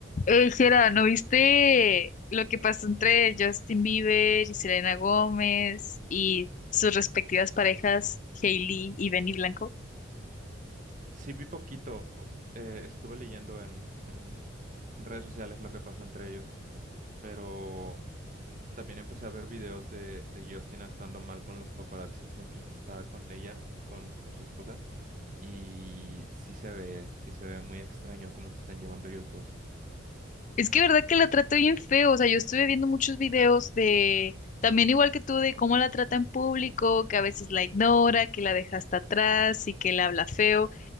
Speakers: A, on the left; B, on the right.
A: Ey, Jera, ¿no viste lo que pasó entre Justin Bieber y Selena Gómez y sus respectivas parejas, Hailey y Benny Blanco?
B: Sí, vi poquito. eh, estuve leyendo en, en redes sociales lo que pasó entre ellos, pero también empecé a ver videos de, de Justin actuando mal con los paparazzis mientras estaba con ella, con, con su esposa, y sí se ve, sí se ve muy extraño cómo se están llevando ellos dos.
A: Es que verdad que la trata bien feo, o sea, yo estuve viendo muchos videos de, también igual que tú, de cómo la trata en público, que a veces la ignora, que la deja hasta atrás y que le habla feo.